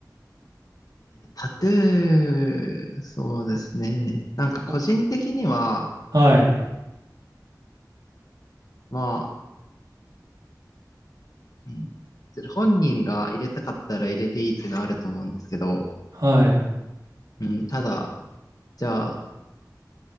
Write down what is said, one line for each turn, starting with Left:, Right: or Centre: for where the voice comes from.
Left: えータトゥー、そうですね。なんか個人的には、
Right: おはい、
Left: まあ、うん、別に本人が入れたかったら入れていいっていうのはあると思うんですけど、
Right: はい。
Left: うん、ただ、じゃあ、